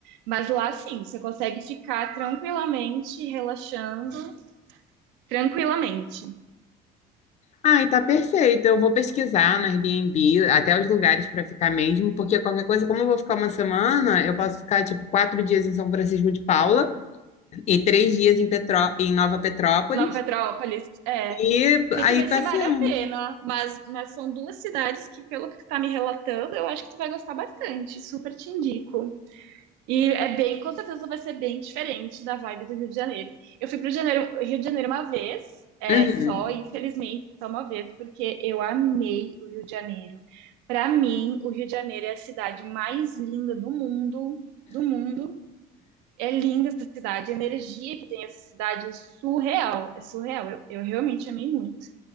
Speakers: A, on the right; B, on the left.
A: Mas lá sim, você consegue ficar tranquilamente relaxando Tranquilamente.
B: Ai, tá perfeito. Eu vou pesquisar no Airbnb até os lugares para ficar mesmo, porque qualquer coisa, como eu vou ficar uma semana, eu posso ficar tipo quatro dias em São Francisco de Paula e três dias em, Petró em Nova Petrópolis
A: Nova Petrópolis, é.
B: e
A: Tem
B: aí
A: que ver
B: passeando.
A: se vale a pena, mas, mas são duas cidades que, pelo que tu tá me relatando, eu acho que tu vai gostar bastante. Super te indico. E é bem, com certeza vai ser bem diferente da vibe do Rio de Janeiro. Eu fui pro Janeiro- Rio de Janeiro uma vez, é
B: Uhum.
A: só, infelizmente, só uma vez, porque eu amei o Rio de Janeiro. Para mim, o Rio de Janeiro é a cidade mais linda do mundo, do mundo. É linda essa cidade, a energia que tem essa cidade é surreal, é surreal. Eu, eu realmente amei muito.